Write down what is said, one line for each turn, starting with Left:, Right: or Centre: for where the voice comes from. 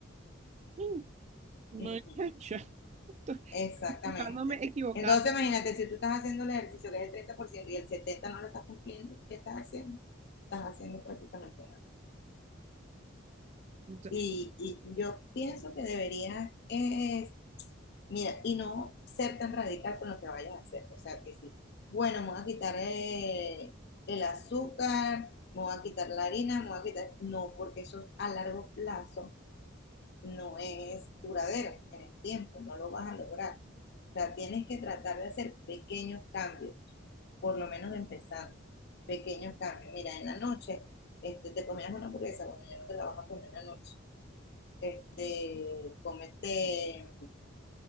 Right: sí. No,
Left: Ujú,
Right: <laughs> yo estoy
Left: Exactamente.
Right: equivocándome, equivocada.
Left: Entonces, imagínate, si tú estás haciendo el ejercicio que es el 30% y el 70% no lo estás cumpliendo, ¿qué estás haciendo? Estás haciendo prácticamente nada.
Right: Entonces,
Left: Y, y yo pienso que deberías, es, mira, y no ser tan radical con lo que vayas a hacer. O sea, que sí, bueno, me voy a quitar eh, el azúcar, me voy a quitar la harina, me voy a quitar... No, porque eso a largo plazo no es duradero en el tiempo, no lo vas a lograr. O sea, tienes que tratar de hacer pequeños cambios, por lo menos empezando, pequeños cambios. Mira, en la noche este, te comías una hamburguesa, bueno, ya no te la vas a comer en la noche. Este, comete